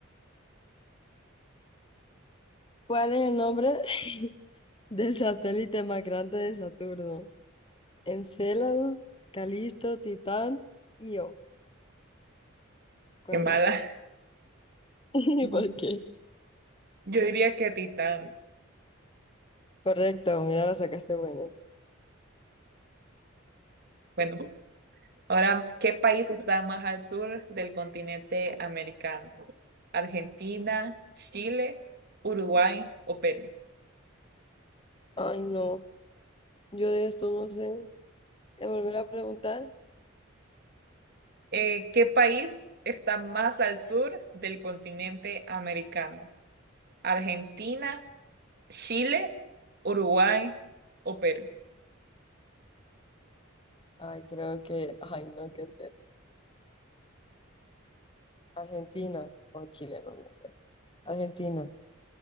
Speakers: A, on the left (about 25°); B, on the right (about 50°).
A: ¿Cuál es el nombre <laughs> del satélite más grande de Saturno? Encélado, Calisto, Titán, Io. ¿Cuál
B: Qué mala.
A: es? <laughs>
B: <laughs>
A: ¿Por qué?
B: Yo diría que Titán.
A: Correcto, mira, la sacaste buena.
B: Bueno, ahora, ¿qué país está más al sur del continente americano? ¿Argentina, Chile, Uruguay o Perú?
A: Ay, no, yo de esto no sé. ¿Te volver a preguntar?
B: Eh, ¿qué país está más al sur del continente americano? ¿Argentina, Chile, Uruguay o Perú?
A: Ay, creo que, ay, no, qué terrible. Argentina o Chile, no, no sé. Argentina.